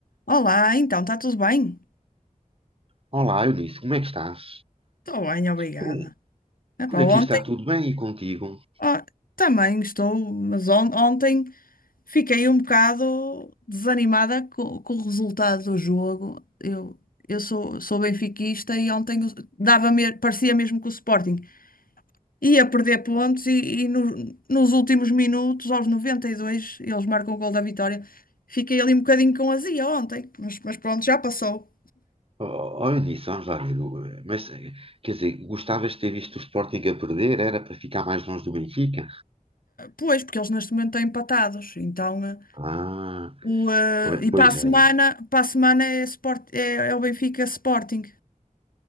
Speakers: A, on the left; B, on the right.
A: Olá, então, está tudo bem?
B: Olá, Eunice, como é que estás?
A: Estou bem, obrigada.
B: Por,
A: Epá,
B: por
A: ontem,
B: aqui está tudo bem e contigo?
A: ó, também estou, mas on- ontem fiquei um bocado desanimada co- com, o resultado do jogo. Eu, eu sou, sou benfiquista e ontem o- dava me- parecia mesmo que o Sporting ia perder pontos e, e no- nos últimos minutos, aos 92, eles marcam o gol da vitória. Fiquei ali um bocadinho com azia ontem, mas, mas pronto, já passou.
B: Oh, oh, Eunice, vamos lá ver. o- eh, Mas, eh, quer dizer, gostavas de ter visto o Sporting a perder? Era para ficar mais longe do Benfica?
A: Pois, porque eles neste momento estão empatados, então. eh,
B: Ah,
A: O, eh,
B: pois,
A: e
B: pois
A: para a
B: é.
A: semana, para a semana é, Sport, é, é o Benfica Sporting.